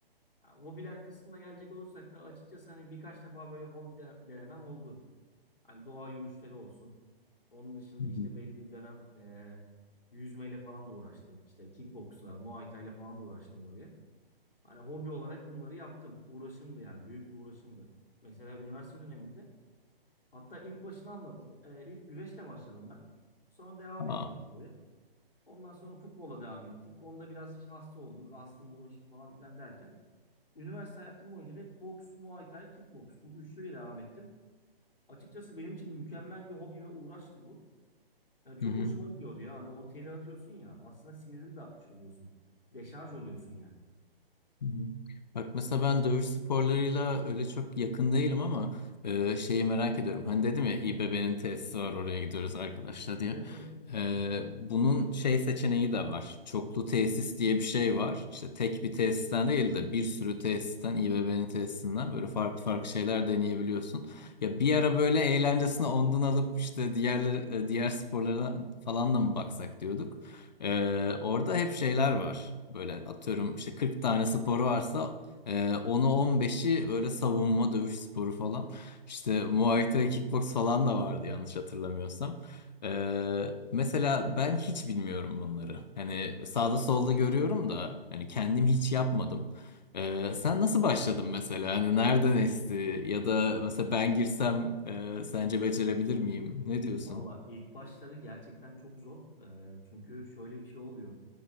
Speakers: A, on the left; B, on the left.
A: Ha, hobiler kısmına gelecek olursak da açıkçası hani birkaç defa böyle hobi de, denemem oldu. Hani doğa yürüyüşleri olsun. Onun dışında
B: Hı
A: işte
B: hı.
A: belli bir dönem e, yüzmeyle falan da uğraştım. İşte kickboksla, muay thai'yle falan da uğraştım böyle. Hani hobi olarak bunları yaptım. Uğraşımdı yani. Büyük bir uğraşımdı. Mesela üniversite döneminde hatta ilk başını anlatayım. Ee, ilk güreşle başladım ben. Sonra devam etmedik
B: Aa.
A: tabii. Ondan sonra futbola devam ettik. Onda biraz işte hasta olduk. Astım, bronşit falan filan derken. Üniversite hayatım boyunca da hep boks, muay thai, kickboks. Bu üçlüyle devam ettim. Açıkçası benim için mükemmel bir hobi ve uğraştı bu. Yani çok
B: Hı hı.
A: hoşuma gidiyordu ya. Hani o teri atıyorsun ya. Aslında sinirini de atmış oluyorsun. Deşarj oluyorsun yani.
B: Hı hı. Bak mesela ben dövüş sporlarıyla öyle çok yakın değilim ama e, şeyi merak ediyorum. Hani dedim ya İBB'nin tesisi var oraya gidiyoruz arkadaşlar diye.
A: Evet evet.
B: E, bunun şey seçeneği de var. Çoklu tesis diye bir şey var. İşte tek bir tesisten değil de bir sürü tesisten İBB'nin tesisinden böyle farklı farklı şeyler deneyebiliyorsun. Ya bir ara böyle eğlencesini ondan alıp işte diğer diğer sporlara falan da mı baksak diyorduk. Ee, orada hep şeyler var. Böyle atıyorum işte 40 tane sporu varsa e, onu 15'i böyle savunma dövüş sporu falan. İşte Muay Thai, kickbox falan da vardı yanlış hatırlamıyorsam. Ee, mesela ben hiç bilmiyorum bunları. Hani sağda solda görüyorum da hani kendim hiç yapmadım. Ee, sen nasıl başladın mesela? Hani nereden esti? Ya da mesela ben girsem e, sence becerebilir miyim? Ne diyorsun?
A: Valla ilk başları gerçekten çok zor. Ee, çünkü şöyle bir şey oluyor.